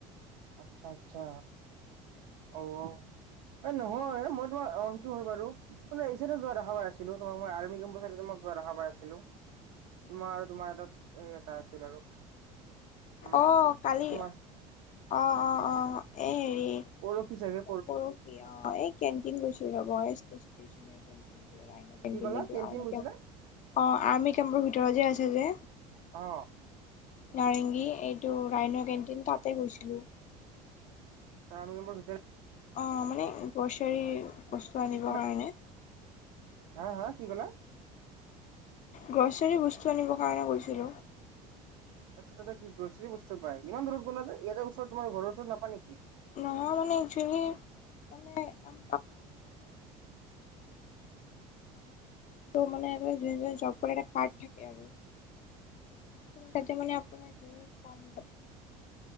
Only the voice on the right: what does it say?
আচ্ছা আচ্ছা অ এ নহয় মই তোমক অ সেইটো হয় বাৰু এইফালে যোৱা দেখা পাই আছিলো তোমাক মই আৰ্মি কেম্পৰ তোমাক পোৱা দেখা পাই আছিলো তোমাৰ আৰু তোমাৰ এটা স এটা আছিল আৰু উম
তোমাৰ
পৰহি চাগে
কি ক'লা কেণ্টিন গৈছিলা
অ'
চাৰনম্বৰ ভিতৰত
কি
হা হা কি ক'লা
আচ্ছা তাতে কি গ্ৰছৰ বস্তু পাই ইমান দূৰত গলা যে ইয়াতে ওচৰত তোমাৰ ঘৰ ওচৰত নাপাই নেকি?